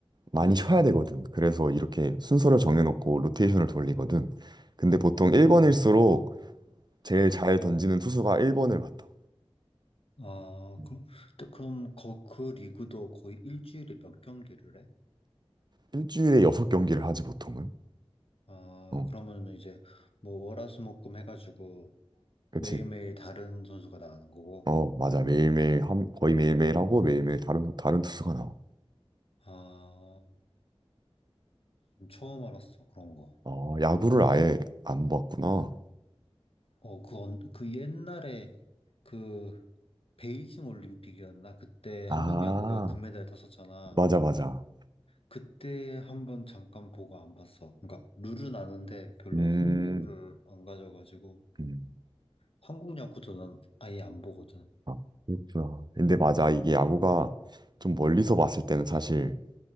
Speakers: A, on the right (about 45°); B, on the left (about 65°).
A: 많이 쉬어야 되거든. 그래서 이렇게 순서를 정해놓고 로테이션을 돌리거든. 근데 보통 1번일수록
B: 아,
A: 제일 잘
B: 어,
A: 던지는 투수가 1번을 맡아.
B: 아,
A: 음.
B: 그럼 또 그럼 거, 그 리그도 거의 일주일에 몇 경기를 해?
A: 일주일에 6경기를 하지 보통은.
B: 아,
A: 어,
B: 그러면은 이제 뭐 월화수목금 해가지고
A: 그치.
B: 매일매일 다른 선수가 나가는 거고.
A: 어, 맞아. 매일매일 함- 거의 매일매일 하고 매일매일 다른 다른 투수가 나와.
B: 아, 지금 처음 알았어. 그런 거.
A: 어, 야구를 아예 안 봤구나.
B: 어, 그, 언- 그 옛날에 그 베이징 올림픽이었나? 그때 한국
A: 아.
B: 야구가 금메달 땄었잖아.
A: 맞아, 맞아.
B: 그때 한번 잠깐 보고 안 봤어. 그러니까 룰은 아는데 별로
A: 음,
B: 흥미를 안 가져가지고
A: 음.
B: 한국 야구도 난 아예 안 보거든.
A: 아, 그렇구나. 근데 맞아. 이게 야구가 좀 멀리서 봤을 때는 사실